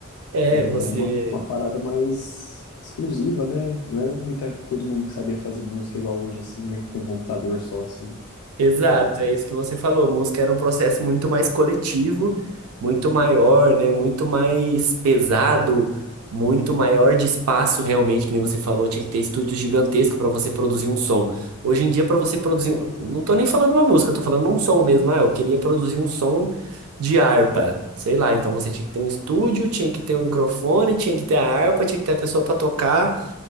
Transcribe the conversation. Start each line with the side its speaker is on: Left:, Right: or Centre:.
Right: É,
Left: E
Right: você.
Left: era uma, uma parada mais exclusiva, né? Não era muita, todo mundo que sabia fazer música igual hoje, assim, né? Com computador só, assim, né?
Right: Exato,
Left: parada.
Right: é isso que você falou. Música era um processo muito mais coletivo, muito maior, né? Muito mais pesado, muito maior de espaço realmente, que nem você falou, tinha que ter estúdios gigantescos para você produzir um som. Hoje em dia, para você produzir, um- não tô nem falando uma música, eu tô falando um som mesmo. Ah, eu queria produzir um som de harpa, sei lá. Então você tinha que ter um estúdio, tinha que ter um microfone, tinha que ter a harpa, tinha que ter a pessoa para tocar.